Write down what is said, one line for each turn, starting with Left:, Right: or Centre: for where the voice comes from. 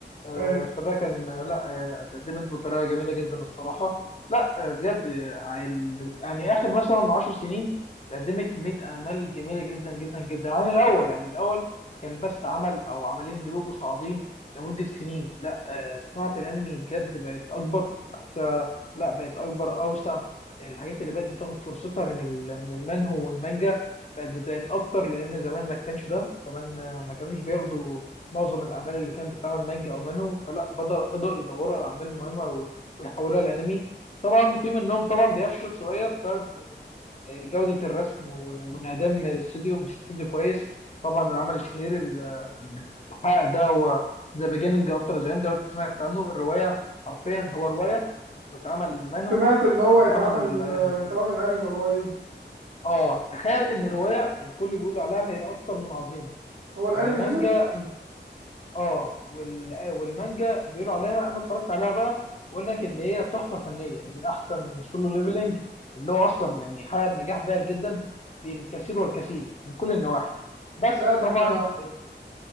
Left: آه،
Right: ايوه
Left: فده كان لا آه، اتقدمت بطريقه جميله جدا الصراحه لا آه، بجد آه، ال- يعني اخر مثلا 10 سنين قدمت كميه اعمال جميله جدا جدا جدا عن الاول يعني الاول كان بس عمل او عملين بيبقوا صاعدين لمده سنين لا آه، صناعه الانمي بجد بقت اكبر بحسها لا بقت اكبر اوسع الحاجات اللي بقت بتاخد فرصتها من ال- من المنهو والمانجا بقت بقت اكتر لان زمان ما كانش ده كمان آه، ما كانوش بياخدوا معظم الاعمال اللي كانت بتتعمل مانجا او مانو فلا بدأ بدأوا يدوروا على الاعمال المهمه و- ويحولوها لانمي طبعا في منهم طبعا بيفشل شويه بسبب آه، جوده الرسم و- وانعدام الاستوديو مش استوديو كويس طبعا العمل الشهير ال- الحق ده هو ذا بيجيننج افتر ذا اند لو أنت سمعت عنه الروايه حرفيا هو روايه واتعمل منهو
Right: سمعت ان هو
Left: واتعمل
Right: هيتعمل
Left: انمي
Right: هيتعمل انمي قريب
Left: اه تخيل ان الروايه الكل بيقول عليها هي اكتر من عظيمه
Right: هو الانمي
Left: والمانجا
Right: نزل
Left: اه وال... آه، والمانجا بيقولوا عليها انا اتفرجت عليها بقى بقول لك ان هي تحفه فنيه يعني احسن من سولو ليفلنج اللي هو اصلا يعني حقق نجاح باهر جدا بالكثير والكثير من كل النواحي بس
Right: لا ده
Left: طبعا
Right: احنا
Left: آه،